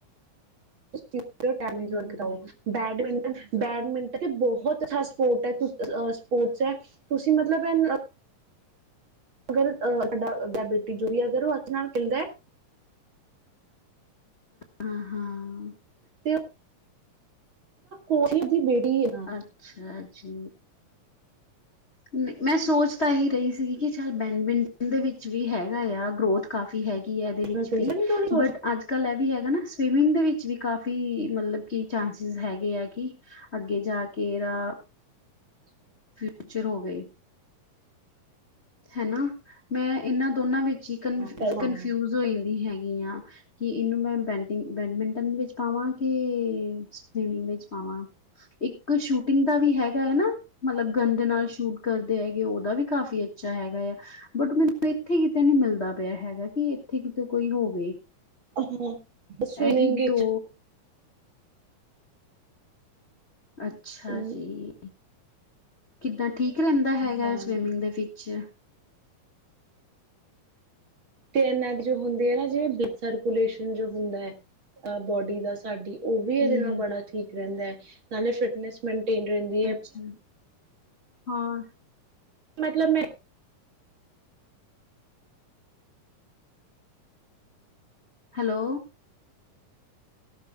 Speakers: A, on the right; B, on the left.
A: ਚੀਜ਼ ਟੈਮੇਜ <unintelligible> ਬੈਡਮਿੰਟਨ-ਬੈਡਮਿੰਟਨ ਤੇ ਬੋਹਤ ਅੱਛਾ ਸਪੋਟ ਹੈ ਸਪੋਰਟਸ ਹੈ। ਤੁਸੀਂ ਮਤਲਬ ਇਹ ਅਗਰ ਅ <inaudible>
B: ਹਾਂ-ਹਾਂ।
A: ਤੇ ਉਹਦਾ <unintelligible> ਬੇਟੀ ਏ
B: ਅੱਛਾ ਜੀ। ਨਈ ਮੈਂ ਸੋਚ ਤਾਂ ਹੀ ਰਈ ਸੀਗੀ ਕਿ ਚੱਲ ਬੈਡਮਿੰਟਨ ਦੇ ਵਿੱਚ ਵੀ ਹੈਗਾ ਆ ਗਰੋਥ ਕਾਫ਼ੀ ਹੈਗੀ। ਬੀ ਹੈ ਇਹਦੇ
A: ਅੱਛੇ
B: ਵਿੱਚ
A: ਨਾਲ ਖੇਲਦਾ
B: ਵੀ
A: ਨਹੀਂ ਕਿਉਂ ਨਹੀਂ ਸੋਚ
B: ਬਟ ਅੱਜ ਅੱਜ ਕੱਲ ਇਹ ਵੀ ਹੈਗਾ ਨਾ ਸਵਿਮਿੰਗ ਦੇ ਵਿੱਚ ਵੀ ਕਾਫੀ ਮਤਲਬ ਕਿ ਚਾਂਸਿਸ ਹੈਗੇ ਆ ਕਿ ਅੱਗੇ ਜਾ ਕੇ ਰਾ
A: <inaudible>
B: ਫਿਊਚਰ ਹੋਵੇ। ਹਨਾ ਮੈਂ ਇਹਨਾਂ ਦੋਨਾਂ ਵਿੱਚ ਹੀ ਕਨ
A: ਪਹਿਲਾਂ
B: ਕਨਫਿਊਜ
A: ਹਾਂ
B: ਹੋ ਜਾਂਦੀ ਹੈਗੀ ਹਾਂ। ਕਿ ਇਹਨੂੰ ਮੈਂ ਬੈਟ ਬੈਡਮਿੰਟਨ ਵਿੱਚ ਪਾਵਾਂ ਕੇ ਸਵਿਮਿੰਗ ਵਿੱਚ ਪਾਵਾਂ। ਇੱਕ ਸ਼ੂਟਿੰਗ ਦਾ ਵੀ ਹੈਗ ਹੈ ਨਾ ਮਤਲਬ ਗੰਨ ਦੇ ਨਾਲ ਸ਼ੂਟ ਕਰਦੇ ਹੈਗੇ ਉਹਦਾ ਵੀ ਕਾਫ਼ੀ ਅ ਬੱਚਾ ਹੈਗਾ ਆ ਬਟ ਮੈਨੂੰ ਇੱਥੇ ਕਿਤੇ ਨਈ ਮਿਲਦਾ ਪਿਆ ਹੈਗਾ ਕਿ ਇੱਥੇ ਕਿਤੇ ਕੋਈ ਹੋਵੇ।
A: ਹਾਂ ਸਵਿਮਿੰਗ
B: ਇਹੀ ਦੋ
A: 'ਚ
B: ਅੱਛਾ
A: ਅਮ,
B: ਜੀ। ਕਿੱਦਾਂ ਠੀਕ ਰੈਂਦਾ ਹੈਗਾ
A: ਹਾਂ
B: ਸਵਿਮਿੰਗ ਦੇ ਵਿੱਚ
A: ਤੇ ਇਹਨਾਂ ਦੀ ਜੋ ਹੁੰਦੇ ਆ ਨਾ ਜਿਵੇਂ ਬਲੱਡ ਸਰਕੂਲੇਸ਼ਨ ਜੋ ਹੁੰਦਾ ਹੈ ਅ ਬੋਡੀ ਦਾ ਸਾਡੀ ਓ ਵੀ
B: ਹਮ
A: ਇਹਦੇ ਨਾਲ
B: ਹਮ
A: ਬੜਾ ਠੀਕ ਰੈਂਦਾ ਹੈ ਨਾਲੇ ਫਿਟਨੈਸ ਮੇਨਟੇਨ ਰੈਂਦੀ।
B: ਅੱਛਾ ਹੋਰ
A: ਮਤਲਬ ਮੈਂ
B: ਹੈਲੋ